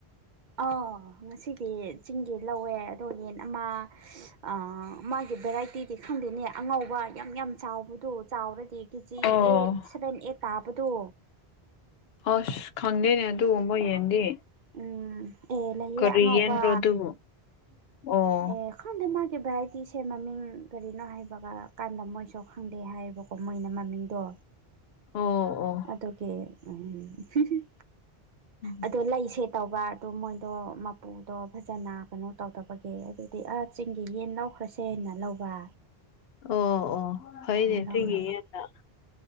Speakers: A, on the right; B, on the left.
A: ꯑꯥꯎ ꯉꯁꯤꯗꯤ ꯆꯤꯡꯒꯤ ꯂꯧꯋꯦ ꯑꯗꯣ ꯌꯦꯟ ꯑꯃ ꯑ ꯃꯥꯒꯤ ꯚꯦꯔꯥꯏꯇꯤꯗꯤ ꯈꯪꯗꯦꯅꯦ ꯑꯉꯧꯕ ꯌꯥꯝ ꯌꯥꯝ ꯆꯥꯎꯕꯗꯣ ꯆꯥꯎꯔꯗꯤ KG
B: or
A: eight seven eight ꯇꯥꯕꯗꯣ
B: ꯑꯁ ꯈꯪꯗꯦꯅꯦ ꯑꯗꯨꯒꯨꯝꯕ ꯌꯦꯟꯗꯤ
A: ꯎꯝ ꯑꯦ ꯂꯩꯌꯦ
B: ꯀꯔꯤ
A: ꯑꯉꯧꯕ
B: ꯌꯦꯟꯔꯣ ꯑꯗꯨꯕꯨ ꯑꯣ
A: ꯑꯦ ꯈꯪꯗꯦ ꯃꯥꯒꯤ ꯚꯦꯔꯥꯏꯇꯤꯁꯦ ꯃꯃꯤꯡ ꯀꯔꯤꯅꯣ ꯍꯥꯏꯕꯒ ꯀꯥꯟꯗ ꯃꯣꯏꯁꯨ ꯈꯪꯗꯦ ꯍꯥꯏꯌꯦꯕ ꯃꯣꯏꯅ ꯃꯃꯤꯡꯗꯣ
B: ꯑꯣ ꯑꯣ
A: ꯑꯗꯨꯒꯤ ꯑꯝ ꯍꯨꯝ ꯍꯨꯝ
B: ꯎꯝ
A: ꯑꯗꯣ
B: <inaudible>
A: ꯂꯩꯁꯦ ꯇꯧꯕ ꯑꯗꯨ ꯃꯣꯏꯗꯣ ꯃꯄꯨꯗꯣ ꯐꯖꯅ ꯀꯩꯅꯣ ꯇꯧꯗꯕꯒꯤ ꯒꯦ ꯑꯗꯨꯗꯤ ꯑꯥ ꯆꯤꯡꯒꯤ ꯌꯦꯟ ꯂꯧꯈ꯭ꯔꯁꯦꯅ ꯂꯧ ꯕ
B: ꯑꯣ ꯑꯣ ꯐꯩꯅꯦ
A: ꯂꯧꯔꯕ
B: ꯊꯤꯡꯒꯤ ꯌꯦꯟꯅ